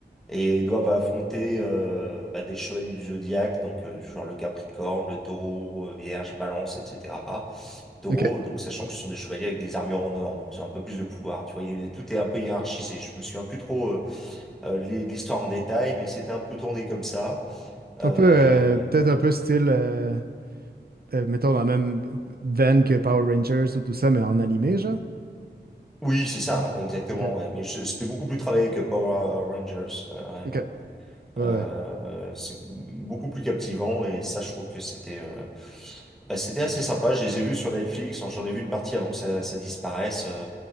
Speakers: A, in the centre; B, on the right.
A: et ils doivent affronter euh, bah, des chevaliers du zodiaque, donc euh, genre le Capricorne, le Taureau, euh, Vierge, Balance, etc. Taureau,
B: OK.
A: donc sachant que ce sont des chevaliers avec des armures en or, donc ils ont un peu plus de pouvoir, tu vois, il y a- tout est un peu hiérarchisé. Je me souviens plus trop euh, euh, les- l'histoire en détail, mais c'était un peu tourné comme ça. Euh,
B: Un peu, euh, peut-être un peu style. euh, euh, mettons, dans la même veine que Power Rangers ou tout ça, mais en animé, genre?
A: Oui, c'est ça, exactement,
B: Ok.
A: ouais. Mais je- c'était beaucoup plus travaillé que Power Rangers, euh, réellement.
B: Ok. Ouais,
A: Euh,
B: ouais.
A: c'est beaucoup plus captivant et ça, je trouve que c'était euh, bah, c'était assez sympa. Je les ai vus sur Netflix. Enfin, J'en ai vu une partie avant que ça, ça disparaisse. Euh,